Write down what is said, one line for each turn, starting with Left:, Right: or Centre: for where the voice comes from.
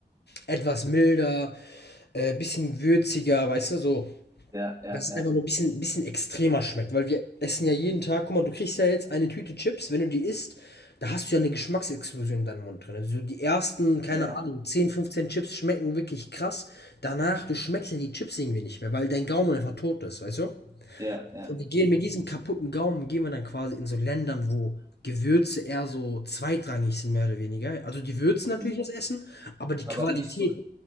Left: etwas milder, äh, bisschen würziger, weißt du, so,
Right: ja, ja,
Left: dass es
Right: ja,
Left: einfach nur ein bisschen, bisschen extremer schmeckt. Weil wir essen ja jeden Tag, guck mal, du kriegst ja jetzt eine Tüte Chips, wenn du die isst, da hast du ja eine Geschmacksexplosion in deinem Mund drin. Also so die ersten, keine
Right: ja,
Left: Ahnung, 10, 15 Chips schmecken wirklich krass. Danach, du schmeckst ja die Chips irgendwie nicht mehr, weil dein Gaumen einfach tot ist, weißt du?
Right: ja,
Left: Und wir gehen mit diesem kaputten Gaumen gehen wir dann quasi in so Ländern, wo Gewürze eher so zweitrangig sind, mehr oder weniger. Also, die würzen natürlich
Right: ja.
Left: das Essen, aber die
Right: Aber
Left: Qualität
Right: nicht so,